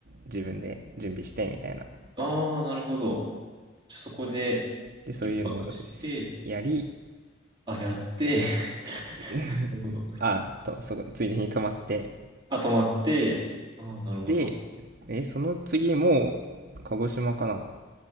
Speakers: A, on the right (about 50°); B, on the right (about 25°).
A: 自分で準備してみたいな。
B: あ、ああ、なるほど。じゃあそこで
A: で、そういうのを
B: 一泊して、
A: やり、
B: あ、やって、
A: <laughs>
B: <laughs> なるほど。
A: ああ、と、そこ、ついでに泊まって。
B: あ、泊まって、ああ、なるほど。
A: で、え、その次も、鹿児島かな